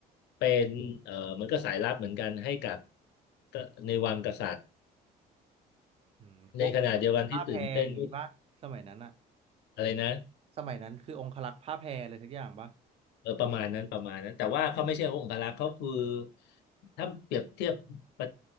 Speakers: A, on the left; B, on the right.
A: เป็นเอ่อเหมือนก็สายลับเหมือนกันให้กับก็ในวังกษัตริย์
B: อืมพวก
A: ในขณะเดียวกันที่ตื่นเต้นก็
B: ผ้าแพรอย่างนี้ป่ะสมัยนั้นอะ
A: อะไรนะ
B: สมัยนั้นคือองครักษ์ผ้าแพรอะไรสักอย่างป่ะ
A: เออประมาณนั้นประมาณนั้นแต่ว่าเขาไม่ใช่องครักษ์เขาคือถ้าเปรียบเทียบปะ